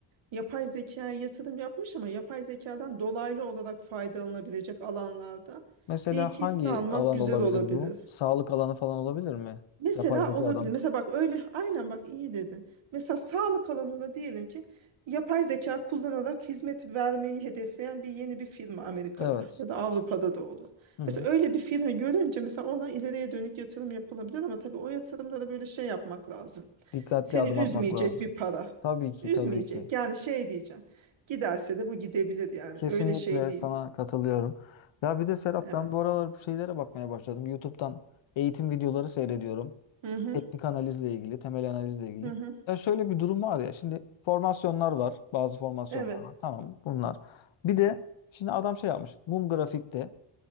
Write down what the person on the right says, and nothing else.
yapay zekaya yatırım yapmış ama yapay zekadan dolaylı olarak faydalanabilecek alanlarda
bir iki
hisse almak
güzel
olabilir.
Mesela
olabilir. Mesela bak öyle aynen bak iyi dedin. Mesela sağlık alanında diyelim ki yapay zeka kullanarak hizmet vermeyi hedefleyen bir yeni bir firma Amerika'da
ya da Avrupa'da da olur.
Mesela öyle bir firma görünce mesela ona ileriye dönük yatırım yapılabilir ama tabii o yatırımda da böyle şey yapmak lazım.
Seni
üzmeyecek
bir para.
Üzmeyecek.
Yani şey diyeceksin. Giderse de bu gidebilir yani.
Öyle şey değil.
Evet.
Hı hı.
Hı hı.
Evet.